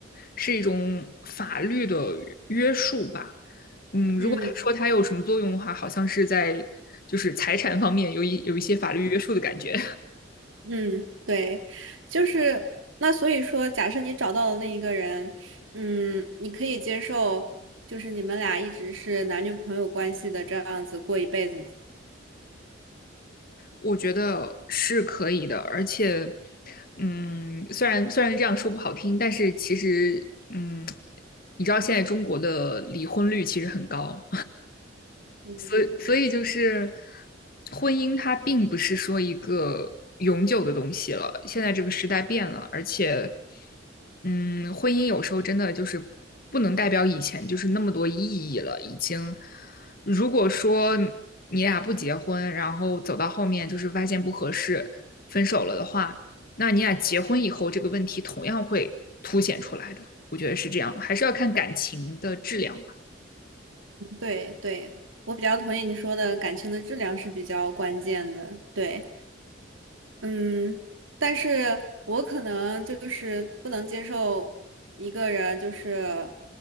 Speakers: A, on the left; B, on the right.
A: 是一种法律的约束吧。嗯，如果说它有什么作用的话，
B: 嗯
A: 好像是在就是财产方面有一有一些法律约束的感觉。
B: 嗯，对，就是那所以说，假设你找到了那一个人，嗯，你可以接受，就是你们俩一直是男女朋友关系的这样子过一辈子吗？
A: 我觉得是可以的，而且，嗯，虽然虽然这样说不好听，但是其实，嗯，你知道现在中国的离婚率其实很高，
B: 嗯，
A: 所以，所以就是婚姻，它并不是说一个永久的东西了。现在这个时代变了，而且，嗯，婚姻有时候真的就是不能代表以前就是那么多意义了。已经，如果说你俩不结婚，然后走到后面就是发现不合适，分手了的话，那你俩结婚以后这个问题同样会凸显出来的。我觉得是这样，还是要看感情的质量吧。
B: 对对，我比较同意你说的，感情的质量是比较关键的，对。嗯，但是我可能就是不能接受一个人，就是